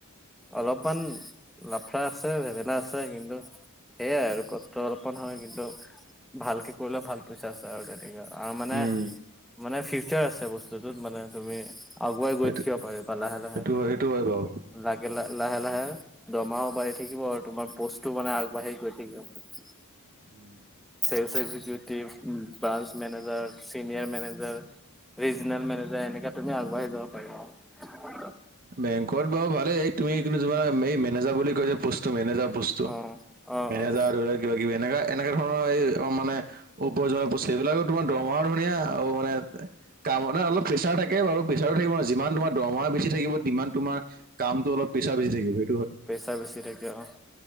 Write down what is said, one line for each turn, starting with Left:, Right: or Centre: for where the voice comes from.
Centre: অলপমান লাফৰা আছে, জেমেলা আছে। কিন্তু সেইয়াই আৰু কষ্ট অলপমান হয়। কিন্তু ভালকে কৰিলেও ভাল পইচা আছে আৰু তাতেই। আৰু মানে
Right: উম
Centre: মানে ফিউচাৰ আছে বস্তুটোত মানে তুমি আগুৱাই গৈ
Right: সেইটো
Centre: থাকিব পাৰিবা লাহে লাহে
Right: সেইটো হয় সেইটো হয় বাৰু
Centre: লাগিলে লাহে লাহে। দৰমহাও বাঢ়ি থাকিব আৰু তোমাৰ পষ্টো মানে আগবাঢ়ি গৈ থাকিব।
Right: Um
Centre: sales executive, branch manager. Senior manager, regional manager এনেকে তুমি আগবাঢ়ি যাব পাৰিবা আৰু।
Right: বেংকত বাৰু ভালেই, তুমি <unintelligible> তোমাৰ এই মেনেজাৰ বুলি কৈ যে পষ্টটো মেনেজাৰ পষ্ট
Centre: অ',
Right: টো,
Centre: অ',
Right: মেনেজাৰ
Centre: অ',
Right: ধৰি লোৱা কিবা-কিবি এনেকা, এনেকা ধৰণৰ এই অ', মানে <unintelligible> পষ্টটো, এইবিলাকৰ তোমাৰ দৰমহাও ধুনীয়া আৰু মানে কাম মানে অলপ প্ৰেছাৰ থাকে বাৰু, প্ৰেছাৰ থাকিব ন' যিমান তোমাৰ দৰমহা বেছি থাকিব সিমান তোমাৰ কামটো অলপ প্ৰেছাৰ বেছি থাকিবই।
Centre: প্ৰেছাৰ বেছি থাকে অ',